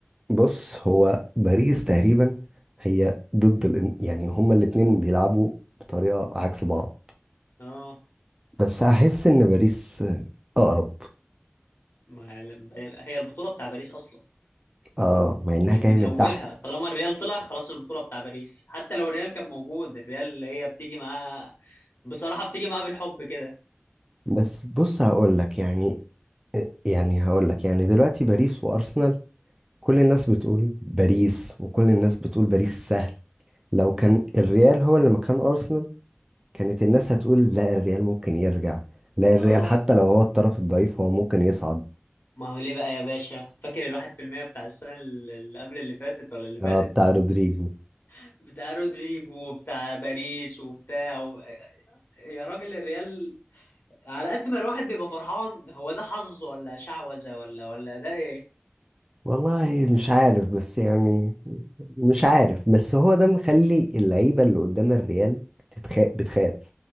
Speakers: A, on the right; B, on the left.
A: بص هو باريس تقريبا هي ضد الإن... يعني هما الاتنين بيلعبوا بطريقة عكس بعض
B: <laughs> اه
A: بس هحس ان باريس اقرب
B: ما ال- بر- هي البطوله بتاع باريس اصلا
A: اه مع انها
B: من
A: جاية
B: من
A: من
B: اولها
A: تحت
B: طالما الريال طلع خلاص البطوله بتاع باريس حتى لو الريال كان موجود الريال اللي هي بتيجي معاه بصراحه بتيجي معاه بالحب كده
A: بس بص هقول لك يعني آه، يعني هقول لك يعني دلوقتي باريس وارسنال كل الناس بتقول باريس وكل الناس بتقول باريس سهل لو كان الريال هو اللي مكان ارسنال كانت الناس هتقول لا الريال ممكن يرجع لا الريال
B: اه
A: حتى لو هو الطرف الضعيف هو ممكن يصعد
B: ما هو ليه بقى يا باشا فاكر الواحد في المية بتاع السنة اللي قبل اللي فاتت ولا اللي
A: آه
B: فاتت
A: بتاع رودريجو
B: <laughs> بتاع رودريجو وبتاع باريس وبتاع يا راجل الريال على قد ما الواحد بيبقى فرحان هو ده حظ ولا شعوذة ولا ولا ده ايه
A: والله مش عارف بس يعني مش عارف بس هو ده مخلي اللعيبة اللي قدام الريال بتتخاف بتخاف